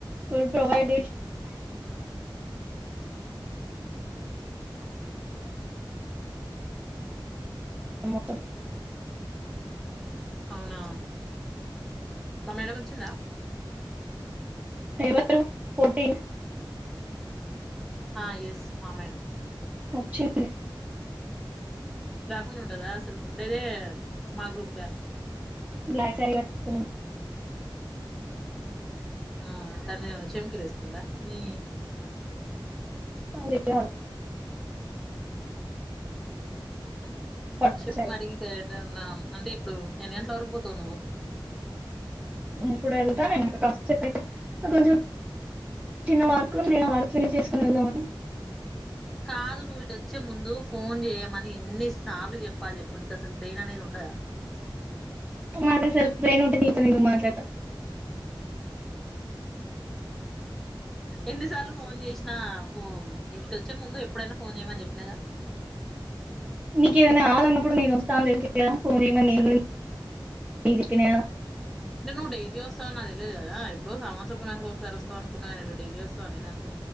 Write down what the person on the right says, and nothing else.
ఫుడ్ ప్రొవైడ్ <unintelligible>
ఎవరు పోటీ
ఒచ్చింది
బ్లాక్ సారీ కట్టుకున్
అదేఎల్ పట్టు
శారీ
నేను కూడా వెళ్తా నేను కష్ట చెప్పైతే కొంచెం చిన్న వార్కు నేను వార్క్ ఫినిజ్ చేసుకుని వెళ్దాం మన్
మకసలు బ్రెన్ ఉంటె నీతో అందుక్ మాట్లాడతా
నీకేమన్నా కావాలన్నప్పుడు నేను వస్తా అని తెలిసి కదా ఫోన్ చేయమని నేను కూడా న చెప్పినా